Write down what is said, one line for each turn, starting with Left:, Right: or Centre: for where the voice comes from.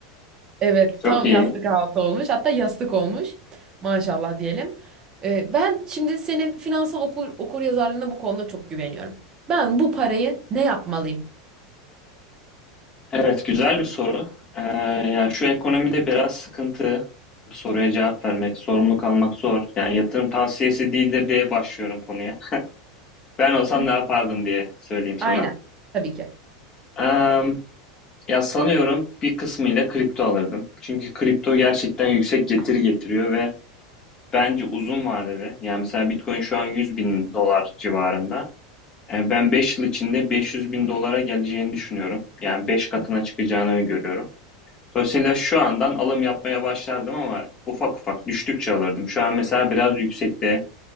Right: Evet
Left: Çok
Right: tam
Left: iyi.
Right: yastık altı olmuş. Hatta yastık olmuş. Maşallah diyelim. E, ben şimdi senin finansal okur, okur yazarlığına bu konuda çok güveniyorum. Ben bu parayı ne yapmalıyım?
Left: Evet, güzel bir soru. Ee, yani şu ekonomide biraz sıkıntı. Bu soruya cevap vermek, sorumluluk almak zor. Yani yatırım tavsiyesi değildir diye başlıyorum konuya. Ben olsam
Right: Hı,
Left: ne yapardım diye söyleyeyim sana.
Right: aynen. Tabii ki.
Left: Ee, ya sanıyorum bir kısmıyla kripto alırdım. Çünkü kripto gerçekten yüksek getiri getiriyor ve bence uzun vadede, yani mesela Bitcoin şu an 100 bin dolar civarında. Eee, ben 5 yıl içinde 500 bin dolara geleceğini düşünüyorum. Yani 5 katına çıkacağını öngörüyorum. Dolayısıyla şu andan alım yapmaya başlardım ama ufak ufak düştükçe alırdım. Şu an mesela biraz yüksekte,